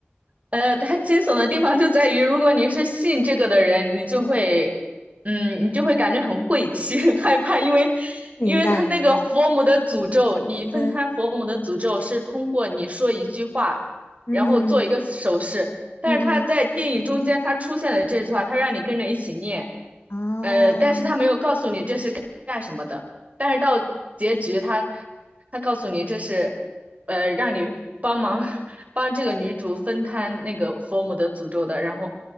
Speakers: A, on the right; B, on the left.
A: 呃，它惊悚的地方就在于，如果你是信这个的人，你就会，
B: 嗯，
A: 嗯，你就会感觉很晦气、<laughs> 很害怕，因为，
B: 明白明白。
A: 因为他那个佛母的诅咒，你分摊佛母的诅咒是通过你说一句话，
B: 嗯嗯嗯嗯
A: 然后做一个手势，但是他在电影中间他出现了这句话，
B: 嗯嗯，
A: 他让你跟着一起念，
B: 哦
A: 呃，但是他没有告诉你这是干干什么的，但是到结局他他告诉你这是，呃，让你帮忙。<laughs> 帮这个女主分摊那个佛母的诅咒的，然后